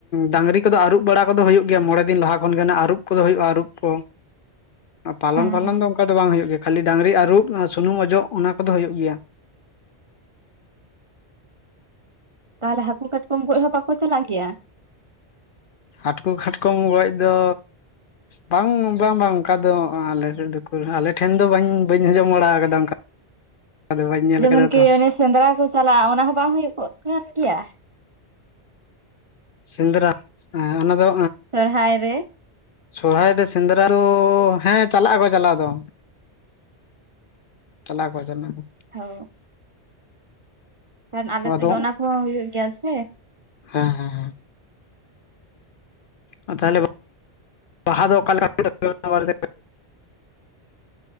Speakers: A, on the left; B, on the right.
A: ᱰᱟᱝᱨᱤ ᱠᱚᱫᱚ ᱟᱹᱨᱩᱵ ᱵᱟᱲᱟ ᱠᱚᱫᱚ ᱦᱩᱭᱩᱜ ᱜᱮᱭᱟ, ᱢᱚᱬᱮ ᱫᱤᱱ ᱞᱟᱦᱟ ᱠᱷᱚᱱ ᱜᱮ ᱱᱟᱜ ᱟᱨᱩᱵ ᱠᱚᱫᱚ ᱦᱩᱭᱩᱜᱼᱟ ᱟᱹᱨᱩᱵ ᱠᱚ᱾
B: <unintelligible>
A: ᱯᱟᱞᱚᱱ ᱯᱟᱞᱚᱱ
B: ᱦᱮᱸ
A: ᱫᱚ ᱚᱱᱠᱟ ᱫᱚ ᱵᱟᱝ ᱦᱩᱭᱩᱜ ᱜᱮᱭᱟ ᱠᱷᱟᱹᱤ ᱰᱟᱝᱨᱤ ᱟᱹᱨᱩᱵ ᱥᱩᱱᱩᱢ ᱚᱡᱚᱜ ᱚᱱᱟ ᱠᱚᱫᱚ ᱦᱩᱭᱩᱜ ᱜᱮᱭᱟ᱾
B: ᱛᱟᱦᱞᱮ ᱦᱟᱹᱠᱩ ᱠᱟᱴᱠᱚᱢ ᱜᱚᱡ ᱦᱚᱸ ᱵᱟᱠᱚ ᱪᱟᱞᱟᱜ ᱜᱮᱭᱟ?
A: ᱦᱟᱹᱴᱠᱩ ᱠᱷᱟᱴᱠᱚᱢ ᱜᱚᱡ ᱫᱚ ᱵᱟᱝ ᱵᱟᱝ ᱵᱟᱝ ᱚᱱᱠᱟ ᱫᱚ ᱟᱞᱮ ᱥᱮᱫ ᱫᱚ ᱩᱠᱩᱨ ᱦᱟᱜ ᱟᱞᱮ ᱴᱷᱮᱱ ᱫᱚ ᱵᱟᱝ ᱵᱟᱹᱧ ᱟᱡᱚᱢ ᱵᱟᱲᱟ ᱠᱟᱫᱟ ᱚᱱᱠᱟ ᱟᱫᱚ ᱵᱟᱹᱧ ᱧᱮᱞ
B: ᱡᱮᱢᱚᱱᱠᱤ
A: ᱟᱠᱟᱫᱟ ᱛᱚ
B: ᱚᱱᱮ ᱥᱮᱸᱫᱽᱨᱟ ᱠᱚ ᱪᱟᱞᱟᱜᱼᱟ ᱚᱱᱟ ᱦᱚᱸ ᱵᱟᱝ ᱦᱩᱭᱩᱜ ᱠᱟᱱ ᱜᱮᱭᱟ
A: ᱥᱮᱸᱫᱽᱨᱟ ᱮᱸ ᱚᱱᱟ ᱫᱚ
B: ᱥᱚᱨᱦᱟᱭ ᱨᱮ᱾
A: ᱥᱚᱨᱚᱦᱟᱭ ᱨᱮ ᱥᱮᱸᱫᱽᱨᱟ ᱫᱚ ᱦᱮᱸ ᱪᱟᱞᱟᱜᱼᱟ ᱠᱚ ᱪᱟᱞᱟᱣ ᱫᱚ᱾ ᱪᱟᱞᱟᱜ-ᱟ ᱠᱚ ᱪᱟᱞᱟᱜ-ᱟ ᱠᱚ᱾
B: ᱦᱳ᱾ ᱠᱷᱟᱱ ᱟᱞᱮ
A: ᱟᱫᱚ
B: ᱥᱮᱫ ᱫᱚ ᱚᱱᱟ ᱠᱚᱦᱚᱸ ᱦᱩᱭᱩᱜ ᱜᱮᱭᱟ ᱥᱮ᱾
A: ᱦᱮᱸ ᱦᱮᱸ ᱦᱮᱸ᱾ ᱚ ᱛᱟᱦᱚᱞᱮ ᱵᱟᱦᱟ ᱫᱚ ᱚᱠᱟ ᱞᱮᱠᱟ <inaudible>